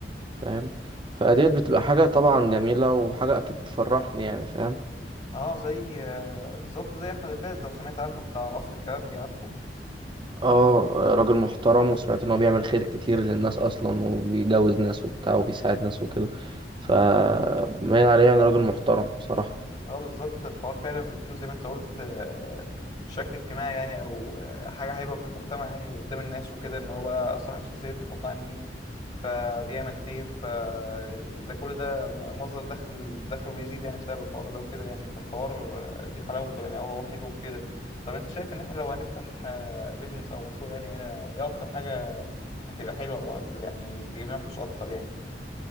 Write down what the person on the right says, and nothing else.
فاهم فديت بتبقى حاجه طبعا جميله وحاجه اكيد تفرحني يعني فاهم
اه راجل محترم وسمعت ان هو بيعمل خير كتير للناس اصلا وبيجوز ناس وبتاع وبيساعد ناس وكده فمايل عليه يعني راجل محترم بصراحة